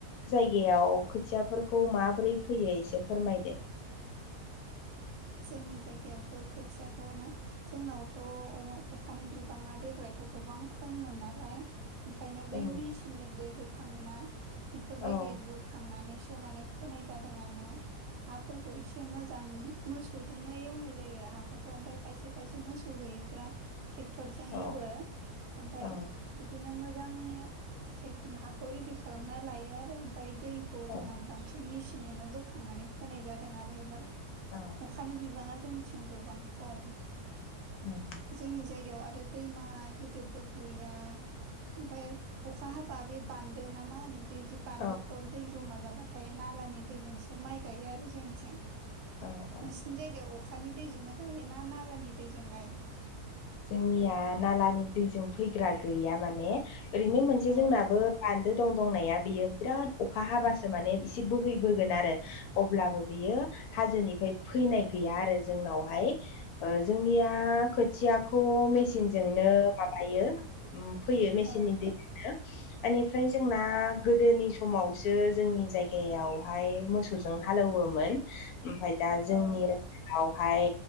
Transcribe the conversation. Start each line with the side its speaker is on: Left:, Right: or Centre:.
Left: जायगायाव खोथियाफोरखौ माबोरै फोयो एसे फोरमायदो
Right: जोंनि जायगायावथ' खोथियाखौ ना जोंनावथ' अखानि बिबाङा देग्लायथ' गोबां खममोन नालाय ओंखायनो बे
Left: औ
Right: मेसिनजों दै बोखाङोना इफोरबायदिबो
Left: औ
Right: खांनानैसो माने फोनाय जादों आरो ना हाफोरखौ एसे मोजां मोसौजोंनो एवनाय जायो हाखौथ' ओमफाय खायसे खायसे मोसौ गैयिफ्रा ट्रेक्टरजों
Left: औ
Right: एवो ओमफाय
Left: औ
Right: बिदिनो मोजांनिया हाखौ रेडि खालामना लायो आरो ओमफाय दैखौ
Left: औ
Right: जोंहा बां सिन मेसिनजोंनो बोखांनानै फोनाय जादों आरो एबाराव
Left: औ
Right: अखानि बिबाङा जोंनिथिं गोबां खम
Left: औ
Right: जोंनि जायगायाव आरो दैमा गिदिरबो गैया ओमफफ्राय अखा हाबा बे बान्दो नामा बिदि बान्दोफ्राव
Left: औ
Right: दै जमा जाबा नाथाय नालानि दैजोंसो माइ गायो आरो जोंनिथिं
Left: ओ
Right: नोंसिनि जायगायाव अखानि दैजोंनो गायो ना नालानि दैजों गायो
Left: जोंनिया नालानि दैजों फैग्रा गैया माने ओरैनो मोनसे
Right: अ
Left: जोंनाबो बान्दो दं दंनाया बियो बिराद अखा हाबासो माने इसे बोहैबोगोन आरो अब्लाबो बियो हाजोनिफ्राय फैनाय गैया आरो जोंनावहाय जोंनिया खोथियाखौ मेसिनजोंनो माबायो फैयो मेसिननि
Right: औ
Left: दैजोंनो बेनिफ्राय जोंना गोदोनि समावसो जोंनि जायगायावहाय मोसौ हालेवोमोन ओमफफ्राय दा जोंनि
Right: औ
Left: ओनसोलावहाय